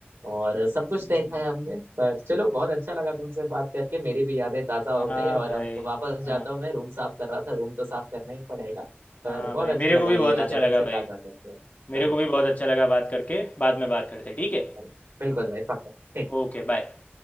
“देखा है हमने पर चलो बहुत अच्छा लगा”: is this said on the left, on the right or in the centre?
Right